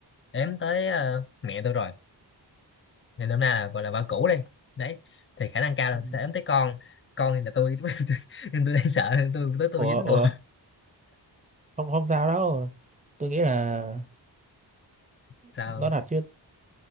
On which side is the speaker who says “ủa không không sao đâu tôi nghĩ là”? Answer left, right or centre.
Right